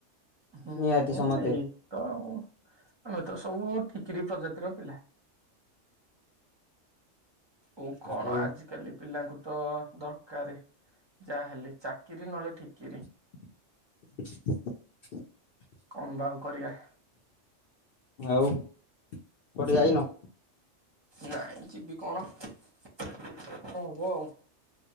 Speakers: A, on the right; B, on the left.
A: ହୁଁ
B: ନିହାତି ସମସ୍ତେ
A: <inaudible> ତ ଆଉ ଆମେ ତ ସବୁ ଠିକିରି ପ୍ରଜାତିର ପିଲା। ଓ କଣ?
B: ଆଉ
A: ଆଜ କାଲି ପିଲାଙ୍କୁ ତ ଦରକାର ଯାହା ହେଲେ ଚାକିରି ନହେଲେ ଠିକିରି।
B: <inaudible>
A: କଣ ବା ଆଉ କରିବା?
B: ଆଉ କୁଆଡ଼େ ଯାଇନ?
A: ନାଇଁ ଯିବି କଣ? କଣ ହବ ଆଉ?